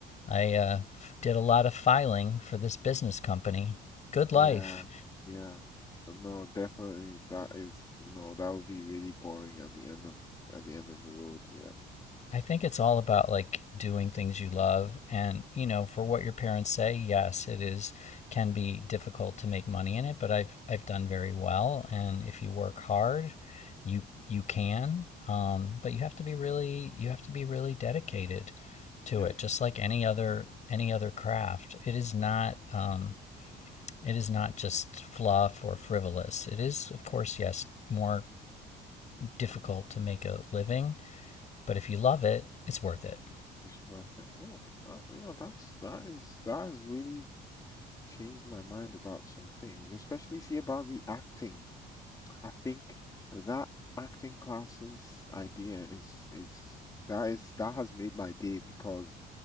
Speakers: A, on the left; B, on the left.
A: I uh, did a lot of filing for this business company. Good life.
B: Yeah, yeah. No, definitely that is no, that would be really boring at the end of at the end of the road, yeah.
A: I think it's all about like doing things you love and you know for what your parents say yes it is can be difficult to make money in it but I've I've done very well and if you work hard you you can um but you have to be really you have to be really dedicated
B: Yeah,
A: to it just like any other any other craft it is not um it is not just fluff or frivolous it is of course yes more difficult to make a living but if you love it it's worth it
B: it's worth it. Well, that, you know, that's that is that has really changed my mind about some things, especially see about the acting. I think that acting classes idea is is that is that has made my day because